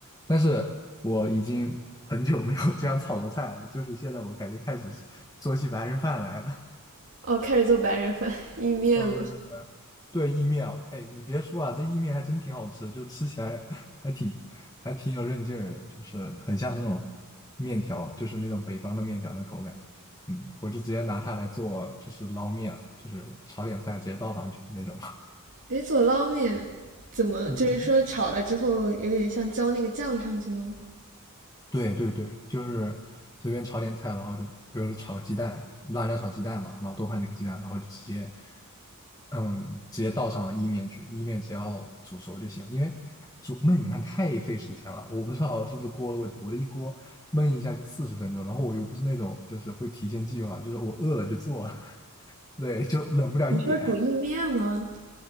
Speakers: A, on the left; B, on the right.
A: 但是我已经很久没有这样炒过菜了，就是现在我感觉开始做起白人饭来了。
B: 哦，开始做白人饭、意面嘛。
A: 嗯，对，意面啊，哎，你别说啊，这意面还真挺好吃的就吃起来 <laughs> 还挺还挺有韧劲儿的，就是很像那种面条，就是那种北方的面条的口感。嗯，我就直接拿它来做，就是捞面，就是炒点菜直接倒上去那种。<laughs>
B: 诶，做捞面怎么就是说炒了之后有点像浇那个酱上去吗？
A: 嗯，对对对，就是随便炒点菜，然后就比如说炒个鸡蛋，辣椒炒鸡蛋嘛，然后多放几个鸡蛋，然后就直接，嗯，直接倒上意面去，意面只要煮熟就行了。因为煮焖米饭太费时间了，我不知道是不是锅的问题，我的一锅焖一下就四十分钟，然后我又不是那种就是会提前计划，就是我饿了就做，<laughs> 对，就冷不了一点。
B: 你说煮意面吗？